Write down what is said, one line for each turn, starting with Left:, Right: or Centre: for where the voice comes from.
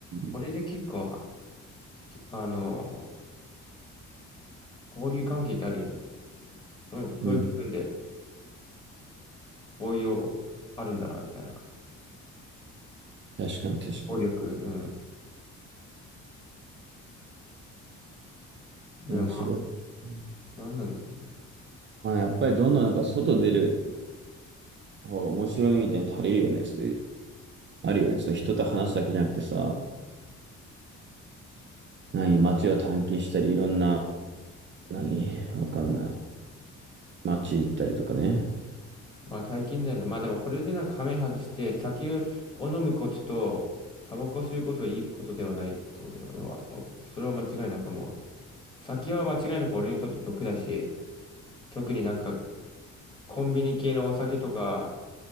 Left: これで結構は、
Right: ん
Left: あの、交流関係ってある意味、そういう、そういう部分で
Right: うん。
Left: 応用あるんだな、みたいな。
Right: 確かに確かに。
Left: 効力、うん。でもまあ、
Right: 面白い。うん
Left: なんなんだろうね。
Right: まあ、やっぱりどんどんなんか外出る方が面白いみたいに足りるよね。そういう、あるよね。その人と話すだけじゃなくてさ、何、街を探検したり、いろんな、何、わかんない。街行ったりとかね。
Left: まあ、大金だよね。まあでも、これでなんか亀外して、酒を飲むことと、タバコ吸うことはいいことではないってことで、俺は、もうそれは間違いなくもう、酒は間違いなく俺にとって毒だし、特になんか、コンビニ系のお酒とか、